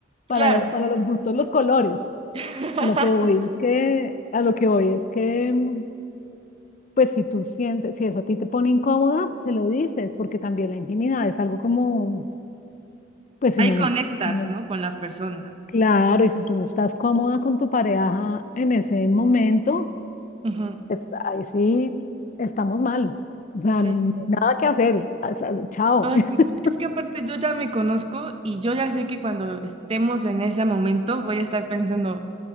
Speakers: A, on the left (about 40°); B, on the right (about 30°).
A: para,
B: Claro,
A: para los gustos, los colores.
B: <laughs>
A: A lo que voy es que, a lo que voy es que mm, pues si tú sientes, si eso a ti te pone incómoda, se lo dices, porque también la intimidad es algo como, pues si
B: ahí
A: uno no,
B: conectas,
A: no-
B: ¿no? Con la persona.
A: claro, y si tú no estás cómoda con tu pareja en ese momento,
B: Ujú.
A: pues ahí sí estamos mal. O sea,
B: Sí.
A: no hay nada que hacer. O sea, chao.
B: Ay,
A: <laughs>
B: es que aparte yo ya me conozco y yo ya sé que cuando estemos en ese momento voy a estar pensando